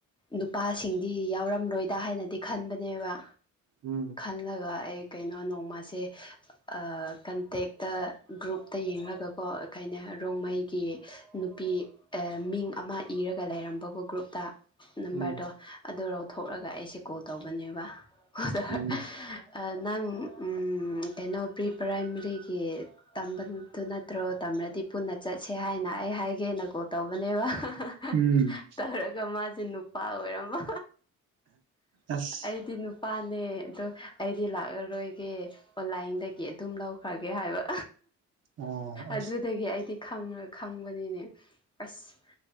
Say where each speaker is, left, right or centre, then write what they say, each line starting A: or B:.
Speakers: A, on the left (about 15°); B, on the right (about 55°).
A: ꯅꯨꯄꯥꯁꯤꯡꯗꯤ ꯌꯥꯎꯔꯝꯂꯣꯏꯗ ꯍꯥꯏꯅꯗꯤ ꯈꯟꯕꯅꯦꯕ꯫
B: ꯎꯝ꯫
A: ꯈꯜꯂꯒ ꯑꯩ ꯀꯩꯅꯣ ꯅꯣꯡꯃꯥꯁꯦ꯫ ꯑꯥ ꯀꯟꯇꯦꯛꯇ ꯒ꯭ꯔꯨꯞꯇ ꯌꯦꯡꯂꯒꯀꯣ ꯀꯩꯅ ꯔꯣꯡꯃꯩꯒꯤ꯫ ꯅꯨꯄꯤ ꯑ ꯃꯤꯡ ꯑꯃ ꯏꯔꯒ ꯂꯩꯔꯝꯕꯀꯣ ꯒ꯭ꯔꯨꯞꯇ꯫ ꯅꯝꯕꯔꯗꯣ
B: ꯎꯝ
A: ꯑꯗꯨ ꯂꯧꯊꯣꯛꯂꯒ ꯑꯩꯁꯦ ꯀꯣꯜ ꯇꯧꯕꯅꯦꯕ <unintelligible>
B: ꯎꯝ
A: ꯅꯪ ꯎꯝ ꯀꯩꯅꯣ ꯄ꯭ꯔꯤ ꯄ꯭ꯔꯥꯏꯃꯔꯤꯒꯤ꯫ ꯇꯝꯕꯗꯨ ꯅꯠꯇ꯭ꯔꯣ ꯇꯝꯔꯗꯤ ꯄꯨꯟꯅ ꯆꯠꯁꯦ ꯍꯥꯏꯅ ꯑꯩ ꯍꯥꯏꯒꯦꯅ ꯀꯣꯜ ꯇꯧꯕꯅꯦꯕ꯫ ꯍ꯫
B: ꯎꯝ꯫
A: ꯇꯧꯔꯒ ꯃꯥꯁꯦ ꯅꯨꯄꯥ ꯑꯣꯏꯔꯝꯕ
B: ꯑꯁ
A: ꯑꯩꯗꯤ ꯅꯨꯞ꯫ ꯅꯨꯄꯥꯅꯦ ꯑꯗꯣ ꯑꯩꯗꯤ ꯂꯥꯛꯂꯔꯣꯏꯒꯦ ꯑꯣꯟꯂꯥꯏꯟꯗꯒꯤ ꯑꯗꯨꯝ ꯂꯧꯈ꯭ꯔꯒꯦ ꯍꯥꯏꯕ
B: ꯑꯣ ꯑꯁ
A: ꯑꯗꯨꯗꯒꯤ ꯑꯩꯗꯤ ꯈꯪꯉ ꯈꯪꯕꯅꯤꯅꯦ ꯑꯁ